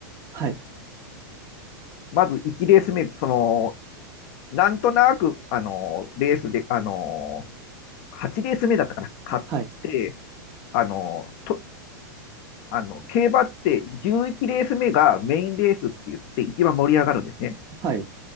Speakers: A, on the right (about 30°); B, on the left (about 50°).
A: はい。
B: まず1レース目、その、なんとなく、あの、レースで、あの、8レース目だったかな、勝って、
A: はい。
B: あの、と、あの、競馬って11レース目がメインレースって言って一番盛り上がるんですね。
A: はい。